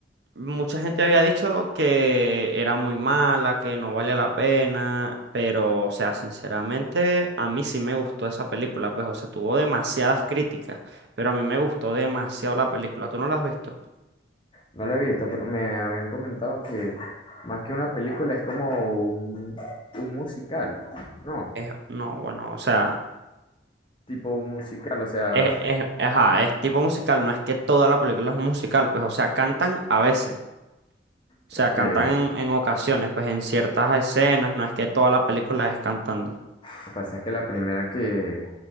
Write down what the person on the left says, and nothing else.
No la he visto, pero me habían comentado que más que una película es como un, un musical, ¿no?
Tipo musical, o sea,
ok.
Lo
que pasa es que la primera que,